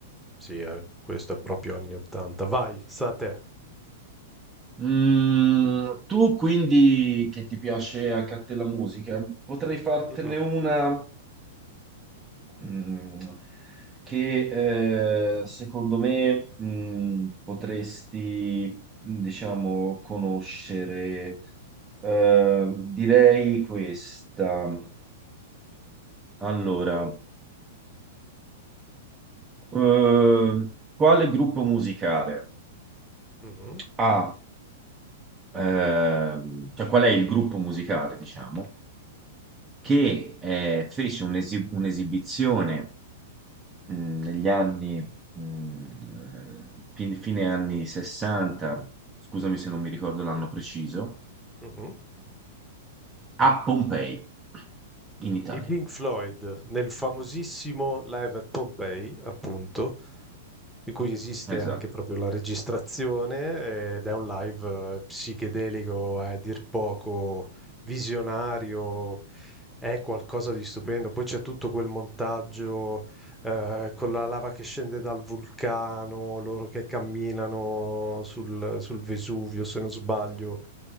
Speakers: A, in the centre; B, on the right.
A: Sì, eh, questo è proprio anni 80. Vai, sta a te.
B: Mm, tu quindi che ti piace anche a te la musica, potrei fartene
A: Mhm,
B: una mm, che eh, secondo me mm, potresti, diciamo, conoscere. Eh, direi questa. Allora, eh, quale gruppo musicale
A: mhm,
B: ha, ehm, cioè qual è il gruppo musicale, diciamo? che eh, fece un'esi- un'esibizione mh, negli anni, mh, fin- fine anni 60, scusami se non mi ricordo l'anno preciso,
A: mhm.
B: a Pompei, in Italia.
A: I Pink Floyd nel famosissimo Live at Pompei, appunto, di cui esiste
B: Esatto,
A: anche proprio la registrazione, ed è un live eh, psichedelico a dir poco visionario, è qualcosa di stupendo. Poi c'è tutto quel montaggio eh, con la lava che scende dal vulcano, loro che camminano sul, sul Vesuvio, se non sbaglio.